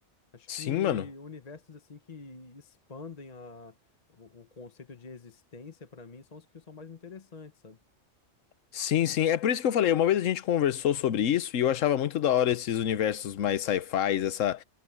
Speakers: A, on the left; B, on the left.
A: Acho
B: Sim,
A: que
B: mano.
A: universos assim que expandem a, o, o conceito de existência pra mim são os que são mais interessantes, sabe?
B: Sim, sim. É por isso que eu falei. Uma vez a gente conversou sobre isso e eu achava muito da hora esses universos mais sci fi essa.